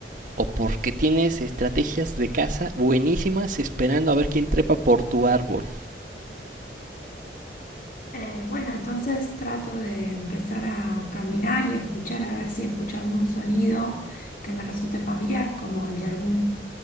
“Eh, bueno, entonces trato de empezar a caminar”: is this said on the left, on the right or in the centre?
Left